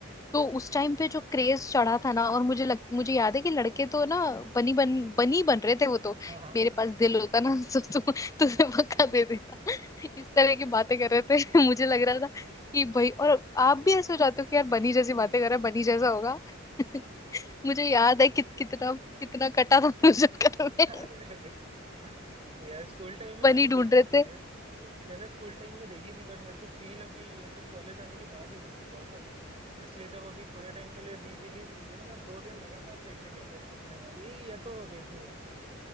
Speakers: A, on the left; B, on the right.
A: तो उस टाइम पे जो क्रेज चढ़ा था ना और मुझे लग, मुझे याद है कि लड़के तो ना बनी बन बनी बन रहे थे वो तो
B: पूरा हाँ
A: मेरे पास दिल होता ना <laughs> तो तु, तुझे पक्का दे देता इस तरह की बातें कर रहे थे <laughs> मुझे लग रहा था कि भाई और आप भी ऐसे हो जाते हो कि यार बनी जैसी बातें कर रहा है बनी जैसा होगा <laughs> मुझे याद है कि, कितना कितना कटा था <laughs> मुझे घर
B: <laughs>
A: में
B: अरे अरे <laughs> यार स्कूल टाइम में
A: बनी
B: मैंने
A: ढूंढ
B: देखी
A: रहे
B: थी ये मैंने स्कूल टाइम में देखी थी बट मेरे को फील अभी ऐसे कॉलेज आने के बाद ही हुई थी बहुत ज्यादा इसलिए जब अभी थोड़े टाइम पहले री रिलीज हुई थी ना मैं दो दिन लगातार देखने गया था इसको सिनेमा की ये तो देखनी है